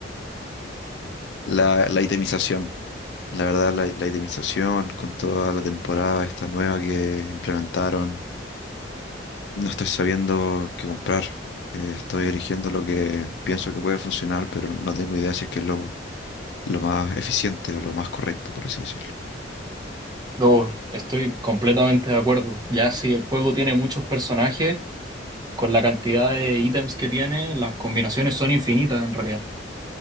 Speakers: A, on the left; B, on the right.
A: la, la itemización. La verdad, la, la itemización con toda la temporada esta nueva que implementaron, no estoy sabiendo qué comprar. Eh, estoy eligiendo lo que pienso que puede funcionar, pero no tengo idea si es que es lo, lo más eficiente o lo más correcto, por así decirlo.
B: No, estoy completamente de acuerdo. Ya si el juego tiene muchos personajes, con la cantidad de ítems que tiene, las combinaciones son infinitas en realidad.